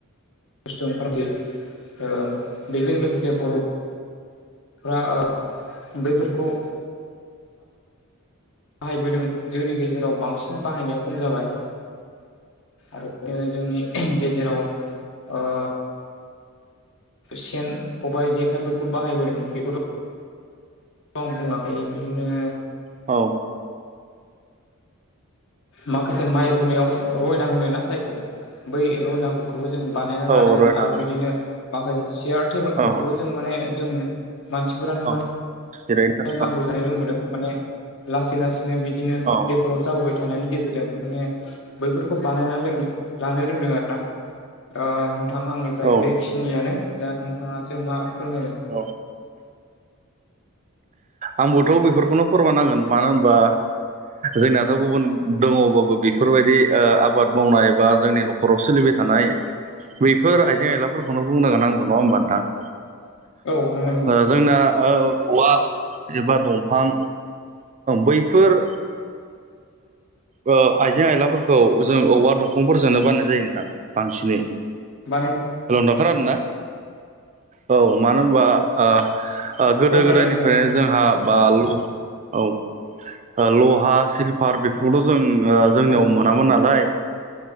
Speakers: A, on the left; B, on the right.
A: बुस्थु ओंखारदो ओ बेजों लोगोसे बर' फोरा बैफोरखौ बाहायबोदोंमोन जोंनि गेजेराव बांसिन बाहायनाया खम जाबाय। आरो जोङो जोंनि गेजेराव ओ सेन खबाइ जेखायफोरखौ बाहायबोदों बेखौथ' आं बुङाखै बिदिनो
B: औ
A: माखासे माइ रुनायाव रयना होनोना जायखौ बै रयनाफोर बो जों बानायनानै
B: औ
A: लादोंमोन
B: रयना
A: आरो बिदिनो माखासे सेयार तेबोलफोरखौबो
B: औ
A: जों माने जों मानसिफोरानो
B: औ
A: मा
B: जिरायनो थाखाय
A: नांगौ जानो रोंबोदों माने लासै लासैनो बिदिनो
B: औ
A: बे गलप जाबोबाय थानायनि गेजेरजों माने बैफोरखौ बानायना लोंदों लानो रोंदों आरो ओ नोंथां आंनिफ्राय
B: औ
A: बेखिनियानो दा नोंथाङासो मा फोरमायगोन।
B: औ आंबोथ' बेफोरखौनो फोरमानांगोन मानो होनबा जोंनाथ' गुबुन दङबाबो बेफोरबायदि ओ आबाद मावनाय बा जोंनि न'खराव सोलिबाय थानाय बैफोर आइजें आइलाफोरखौनो बुंनो गोनांगौ नङा होमबा नोंथां?
A: औ नंगौ नंगौ।
B: ओ जोंना औ-औवा एबा दंफां बैफोर ओ आइजें आइलाफोरखौ जों औवा दंफांफोरजोंनो बानायनाय जायो नोंथां बांसिनै।
A: बानाय
B: हेलौ नोंथां खोनादों ना? औ मानो होनबा ओ गोदो
A: औ खोनादों
B: गोदायनिफ्रायनो
A: खोनादों
B: जोंहा बा ल औ, ओ लहा सिलफार बेफोरखौथ' जों ओ जोंनियाव
A: औ
B: मोनामोन नालाय